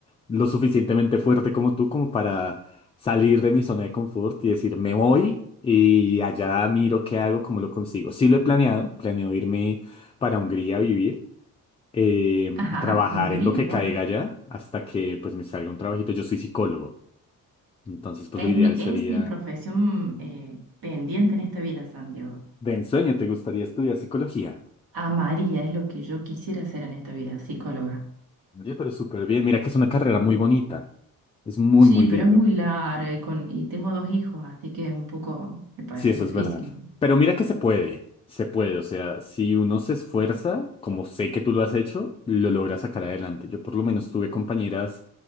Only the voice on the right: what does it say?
Ajá,
Hungría,
wow.
Es
mi,
es mi profesión eh, pendiente en esta vida, Santiago.
Amaría es lo que yo quisiera hacer en esta vida, psicóloga.
Sí,
pero
es muy larga y, con, y tengo dos hijos, así que un poco me parece
difícil.